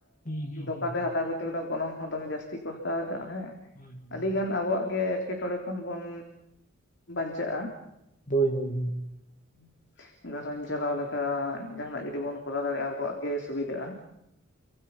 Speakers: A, on the left; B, on the left.
A: ᱦᱩᱸ ᱦᱩᱸ
B: ᱫᱚᱠᱟᱱ
A: ᱦᱳᱭ ᱦᱳᱭ,
B: ᱨᱮ ᱦᱟᱛᱟᱣ ᱠᱚᱨᱛᱮ ᱜᱮᱞᱮ ᱜᱚᱱᱚᱝ ᱦᱚᱸ ᱫᱚᱢᱮ ᱡᱟᱹᱥᱛᱤ ᱠᱚ ᱦᱟᱛᱟᱣ ᱮᱫᱟ ᱦᱮᱸ
A: ᱦᱳᱭ.
B: ᱟᱹᱰᱤ ᱜᱟᱱ ᱟᱵᱚᱣᱟᱜ ᱜᱮ ᱮᱴᱠᱮᱴᱚᱬᱮ ᱠᱷᱚᱱ ᱵᱚᱱ ᱵᱟᱧᱪᱟᱜ-ᱟ᱾
A: ᱦᱳᱭ ᱦᱳᱭ ᱦᱳᱭ
B: <unintelligible> ᱜᱷᱟᱨᱚᱸᱧᱡᱽ ᱪᱟᱞᱟᱣ ᱞᱮᱠᱟ ᱡᱟᱦᱟᱱᱟᱜ ᱡᱚᱫᱤ ᱵᱚᱱ ᱠᱚᱨᱟᱣ ᱫᱟᱲᱮᱭᱟᱜ-ᱟ ᱟᱵᱚᱣᱟᱜ ᱜᱮ ᱥᱩᱵᱤᱫᱷᱟᱜ-ᱟ᱾